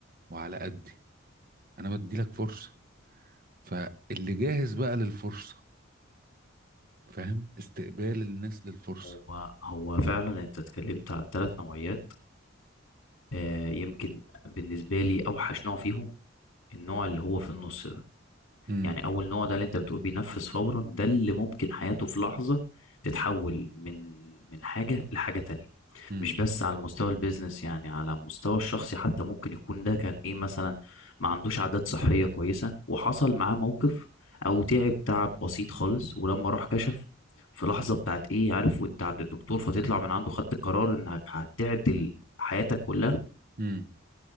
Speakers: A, on the right (about 45°); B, on the left (about 65°).
A: وعلى قدي انا بدي لك فرصه فاللي جاهز بقى للفرصه فاهم استقبال الناس للفرصه
B: هو هو فعلا انت اتكلمت عن ثلاث نوعيات آه يمكن بالنسبة لي اوحش نوع فيهم النوع اللي هو في النص ده
A: امم
B: يعني اول نوع ده اللي انت بتقول بينفذ فورا ده اللي ممكن حياته في لحظة تتحول من من حاجة لحاجة تانية
A: امم
B: مش بس على مستوى البيزنس يعني على مستوى الشخصي حتى ممكن يكون ده كان ايه مثلا ما عندوش عادات صحية كويسة وحصل معاه موقف او تعب تعب بسيط خالص ولما راح كشف في لحظة بتاعت ايه عارف وانت عند الدكتور فتطلع من عنده خدت القرار انك هتعدل حياتك كلها
A: امم